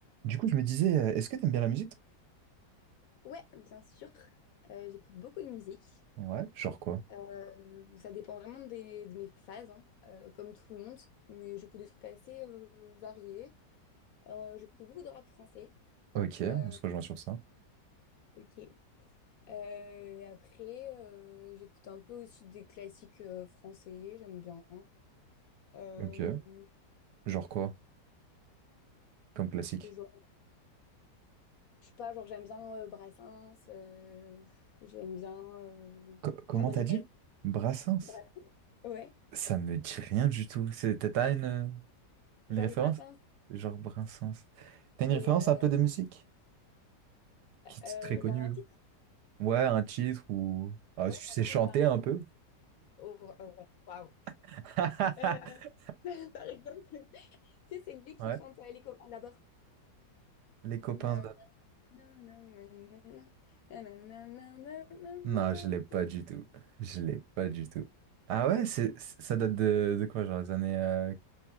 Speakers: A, on the right; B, on the left.
A: Du coup, je me disais, euh, est-ce que t'aimes bien la musique,
B: Ouais, bien sûr. Euh, j'écoute beaucoup de musique.
A: toi? Ouais. Genre quoi?
B: Euh, bon, ça dépend vraiment des- de mes phases, hein, euh, comme tout le monde. Mais j'écoute des trucs assez euh, variés. Euh, j'écoute beaucoup de rap français.
A: Ok, on
B: Euh,
A: se rejoint sur ça.
B: ok. Euh, après, euh, j'écoute un peu aussi des classiques euh, français. J'aime bien. Euh,
A: Ok. Genre quoi? Comme classique.
B: genre, je sais pas, genre j'aime bien euh, Brassens. euh, j'aime bien euh,
A: Co- comment
B: Cabrel.
A: t'as dit? Brassens?
B: Bra- ouais.
A: Ça me dit rien du tout. C'est- T'as t'as une, une
B: Georges
A: référence?
B: Brassens.
A: Genre Brassens. T'as une
B: C'est
A: référence
B: euh,
A: un peu de musique? Qui est
B: euh,
A: très connue.
B: genre un
A: là.
B: petit
A: Ouais, un titre ou... Ah,
B: Ouais,
A: tu sais
B: carrément,
A: chanter
B: bah,
A: un peu?
B: oh, oh, ouais, waouh.
A: <laughs>
B: Euh, <laughs> par exemple, tu sais, c'est lui qui
A: Ouais.
B: chante euh, Les copains d'abord.
A: Les copains
B: Nan,
A: de...
B: nan, nan, nan, nan, nan, nan, nan, nan, nan,
A: Non,
B: nan,
A: je
B: nan.
A: l'ai pas du tout. Je l'ai pas du tout. Ah ouais,
B: Ok.
A: c'est, c'est- ça date de, de quoi? Genre les années euh,